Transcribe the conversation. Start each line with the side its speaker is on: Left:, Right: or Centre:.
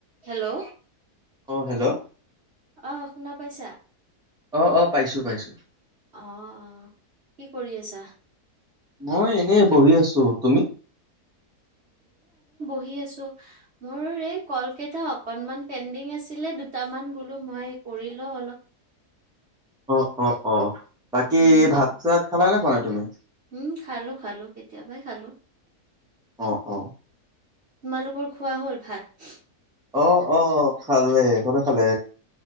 Right: হেল্ল'
Centre: অঁ হেল্ল'
Right: অ, শুনা পাইছা?
Centre: অ, অ, পাইছো। পাইছো।
Right: অ-অ, কি কৰি আছা?
Centre: মই এনে বহি আছো। তুমি?
Right: পঢ়ি আছোঁ। মোৰ এই কলকেইটা অকনমান পেডিং আছিলে। দুটামান বোলোঁ মই কৰি লও অলপ।
Centre: অ-অ-অ। বাকী
Right: উম
Centre: ভাত-চাত খালা নে খোৱা নাই তুমি?
Right: উম, খালোঁ-খালোঁ, কেতিয়াবাই খালোঁ।
Centre: অ-অ।
Right: তোমালোকৰ খোৱা হ'ল ভাত?
Centre: অ-অ, খালে। চবে খালে।